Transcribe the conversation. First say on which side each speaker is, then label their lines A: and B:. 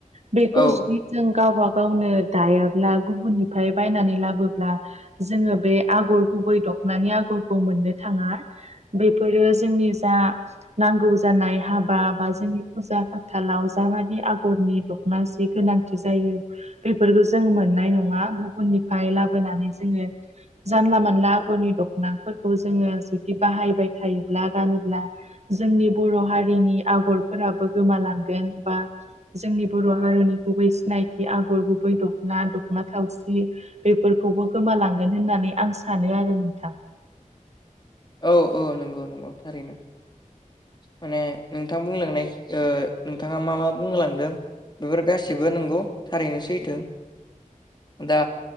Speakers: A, on the right (about 55°); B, on the left (about 30°).
A: बेखौ
B: औ
A: जुदि जों गावबा गावनो दायाब्ला गुबुननिफ्राय बायनानै लाबोब्ला जोङो बे आगर गुबै दख'नानि आगरखौ मोननो थाङा बेफोरो जोंनि जा नांगौ जानाय हाबा बा जोंनि फुजा फाथालाव जाबादि आगरनि दं जि गोनांथि जायो बेफोरखौ जों मोननाय नङा गुबुन निफ्राय लाबोनानै जोङो जानला मानला आगरनि दख'नाफोरखौ जोङो जुदि बाहायबाय थायोब्ला गानोब्ला जोंनि बर' हारिनि आगरफोराबो गोमालांगोन बा जोंनि बर' हारिनि गुबै सिनायथि आगर गुबै दख'ना दखना थावसि बेफोरखौबो गोमालांगोन होननानै आं सानो आरो नोंथां
B: औ औ नंगौ नंगौ थारैनो माने नोंथाङा बुंलांनाय नोंथाङा मा मा बुंलांदों बेफोर गासैबो नंगौ थारैनो सैथो। दा